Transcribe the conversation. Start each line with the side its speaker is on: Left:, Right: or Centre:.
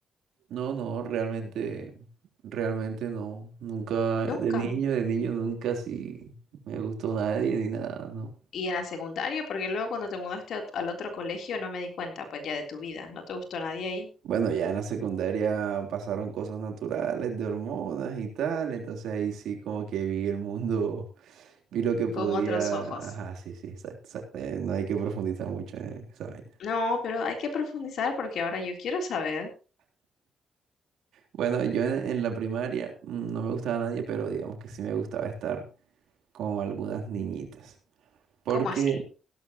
Right: No, no, realmente, realmente no. Nunca, de
Left: Nunca.
Right: niño, de niño nunca sí me gustó nadie ni nada, ¿no?
Left: ¿Y en la secundaria? Porque luego cuando te mudaste a ot- al otro colegio no me di cuenta, pues ya de tu vida, no te gustó nadie ahí,
Right: Bueno, ya en la secundaria pasaron cosas naturales, de hormonas y tal, entonces ahí sí como que vi el mundo, vi lo que podía.
Left: con otros ojos.
Right: Ajá, sí, sí, exacto, exacto, eh, No hay que profundizar mucho en esa vaina.
Left: No, pero hay que profundizar porque ahora yo quiero saber
Right: Bueno, yo en, en la primaria mm, no me gustaba nadie, pero digamos que sí me gustaba estar con algunas niñitas. Porque
Left: cómo así.